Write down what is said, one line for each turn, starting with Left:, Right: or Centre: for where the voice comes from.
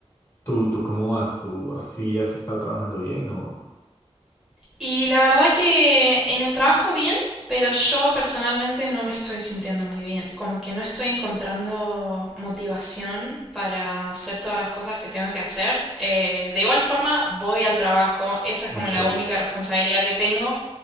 Left: ¿Tú, tú cómo vas? ¿Tú así has estado trabajando bien o...?
Centre: Y la verdad que en el trabajo bien, pero yo personalmente no me estoy sintiendo muy bien, como que no estoy encontrando motivación para hacer todas las cosas que tengo que hacer. Eh, de igual forma, voy al trabajo, esa es
Left: Ok.
Centre: como la única responsabilidad que tengo,